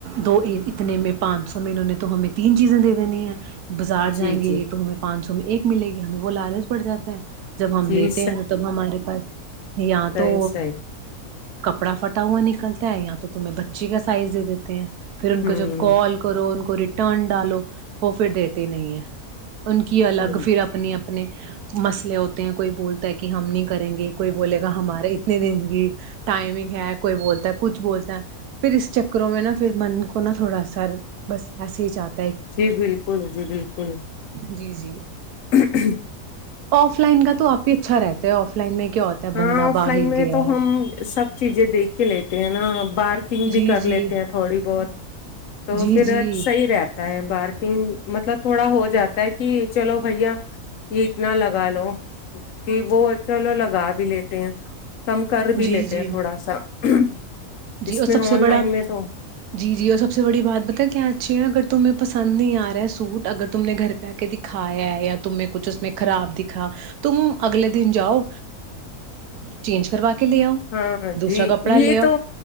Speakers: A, on the right; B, on the left.
A: دو اتنے میں پانچ سو میں انہوں نے تو ہمیں تین چیزیں دے دینی ہیں بازار جائیں
B: جی جی
A: گے تو ہمیں پانچ سو میں ایک ملے گی ہمیں وہ لالچ پڑ جاتا ہے جب ہم
B: جی
A: لیتے
B: صحیح
A: ہیں نا تب ہمارے پاس اں
B: صحیح
A: تو
B: صحیح
A: کپڑا فٹا تا ہوا نکلتا ہے یہاں تو تمہیں بچی کا سائز دے دیتے ہیں پھر ان کو
B: ہوں
A: جب کال کرو ان کو کو ریٹرن ڈالو وہ پھر دیتے نہیں ہیں ان کی الگ
B: جی
A: پھر اپنی اپنے مسئلے ہوتے ہیں کوئی بولتا ہے کہ ہم نہیں کریں گے کوئی بولے گا ہمارے اتنے دن کی ٹائمنگ ہے کوئی بولتا ہے کچھ بولتا ہے پھر اس چکروں میں نا پھر من کو نا تھوڑا ا سر بس ایسے ہی چانتا
B: جی بالکل جی بالکل
A: جی جی
B: <unintelligible>
A: آف لائن کا تو آپ ہی اچھا رہتا ہے آف لائن میں کیا ہوتا ہے
B: ہاں
A: بندہ
B: آف
A: باہر
B: لائن میں
A: گیا
B: تو
A: ہے
B: ہم سب چیزیں دیکھ کے لیتے ہیں نا بارکنگ بھی
A: جی
B: کر
A: جی
B: لیتے ہیں تھوڑی بہت تو
A: جی
B: پھر
A: جی
B: صحیح رہپ ہے بارکنگ مطلب تھوڑا ہو جاتا ہے کہ چلو بھیا یہ اتنا لگا لو کہ وہ چلو لگا بھی لیتے ہیں کم کر بھی
A: جی
B: لیتے
A: جی
B: ہیں تھوڑا سا <unintelligible>
A: جی
B: اس
A: اور
B: میں
A: سب سے
B: آن
A: بڑا
B: لائن میں تو
A: جی جی اور سب سے بڑی بات بت کیا اچھی ہے اگر تمہیں پسند نہیں آ رہ سوٹ اگر تم نے گھر پہ آ کے دکھایا ہے یا تم نے کچھ اس میں خراب دکھا تم اگلے دن جاؤ چینج کروا کے لے آؤ
B: ہاںاں
A: دوسرا
B: جی
A: کپڑا
B: یہ
A: لے آؤ
B: تو